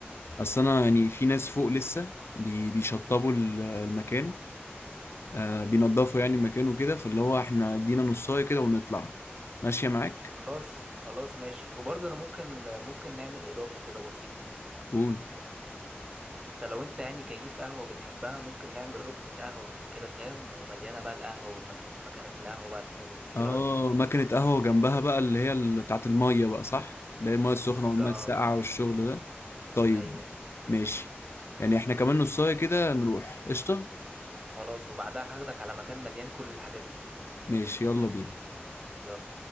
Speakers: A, on the left; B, on the right.
A: اصل انا يعني في ناس فوق لسه بي- بيشطبوا ال- المكان آه، بينضفوا يعني المكان وكده فاللي هو احنا ادينا نصاية كده ونطلع ماشية معاك
B: خلاص خلاص ماشي وبرضه أنا ممكن ممكن نعمل إضافة كده بسيطة
A: قول
B: أنت لو أنت يعني كيف قهوة بتحبها ممكن نعمل ركنة قهوة كده فاهم ومليانة بقى القهوة والمكانات القهوة بقى الحلوة دي
A: اه
B: إيه رأيك؟
A: مكنة قهوة جنبها بقى اللي هي ال- بتاعت المية بقى صح اللي هي المية السخنة
B: بالظبط
A: والمية الساقعة والشغل ده طيب
B: أيوه
A: ماشي يعني احنا كمان نصاية كده نروح قشطة
B: خلاص وبعدها هاخدك على مكان مليان كل الحاجات دي
A: ماشي يلا بينا
B: يلا